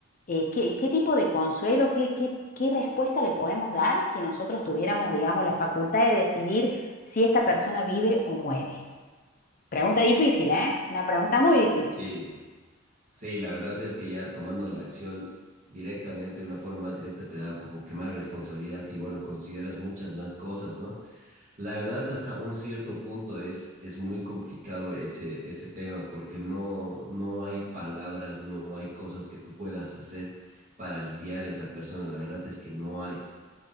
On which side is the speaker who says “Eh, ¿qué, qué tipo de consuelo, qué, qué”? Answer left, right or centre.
Left